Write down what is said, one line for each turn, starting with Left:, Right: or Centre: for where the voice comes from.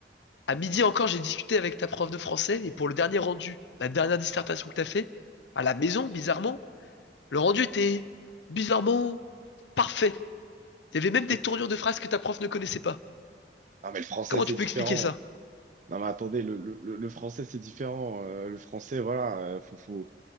Left: À midi encore, j'ai discuté avec ta prof de français et pour le dernier rendu, la dernière dissertation que t'as fait, à la maison, bizarrement, le rendu était bizarrement parfait. Il y avait même des
Right: Et-
Left: tournures de phrases que ta prof ne connaissait pas.
Right: non, mais le français,
Left: Comment
Right: c'est
Left: tu peux
Right: différent.
Left: expliquer ça?
Right: Non, mais attendez, le, le, le le français, c'est différent. Euh, le français, voilà, euh, faut, faut,